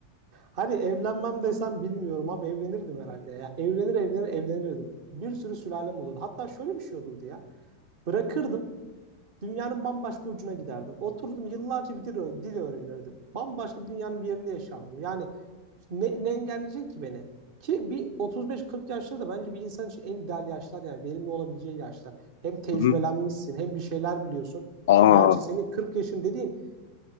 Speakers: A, on the right; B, on the left.
A: hani evlenmem desem bilmiyorum abi evlenirdim herhalde ya. Evlenir evlenir evlenirdim. Bir sürü sülalem olurdu. Hatta şöyle bir şey olurdu ya. Bırakırdım Dünyanın bambaşka ucuna giderdim. Oturdum yıllarca bir dil, ö- dil öğrenirdim. Bambaşka bir dünyanın bir yerinde yaşardım. Yani ne, ne engelleyecek ki beni? Ki bir 35-40 yaşları da bence bir insan için en ideal yaşlar yani verimli olabileceği yaşlar. Hem tecrübelenmişsin
B: Hı hı.
A: hem bir şeyler biliyorsun.
B: Aa,
A: Ki gerçi senin 40 yaşın dediğin